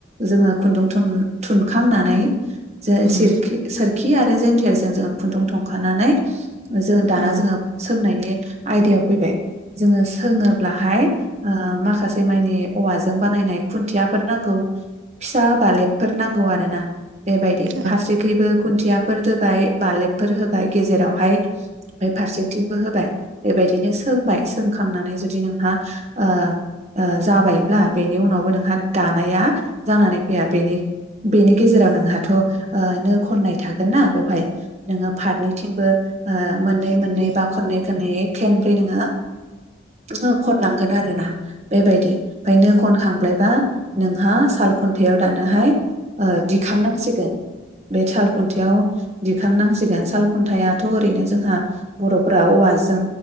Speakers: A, on the right; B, on the right.
A: जोङो खुन्दुं थुन थुनखांनानै जासेरखि
B: उम
A: सोरखि आरो जेन्थेरजों जोङो खुन्दुं थुनखानानै, जों दाना
B: औ
A: जोङो सोंनायनि, आयदायाव फैबाय जोङो होङोब्लाहाय ओं माखासे मायनि औवाजों बानायनाय खुन्थियाफोर नांगौ फिसा बालेबफोर नांगौ आरोना बेबायदि
B: औ
A: फारसेखैबो खुन थियाफोर दोबाय बालेबफोर होबाय गेजेरावहाय फाय फारसेथिंबो होबाय बेबायदिनो सोंबाय सोंखांनानै जुदि नोंहा ओ ओ जाबायब्ला बेनि उनावबो नोंहा दानाया जानानै फैया बेनि बेनि गेजेराव नोंहाथ ओ नो खननाय थागोनना बेवहाय नोङो फारनैथिंबो ओ मोननै-मोननै
B: बे
A: बा खनै खनैयै खेनब्रै नोङा नो खननांगोन आरो ना बेबायदि खायनो खनखांब्लायबा नोंहा खाल खुन्थायाइाव दानोहाय ओ दिखांनांसिगोन बे साल खुन्थाव दिखांनांसिगोन साल खुन्थाइाथ ओरैनो जोंहा बरफोरा औवाजों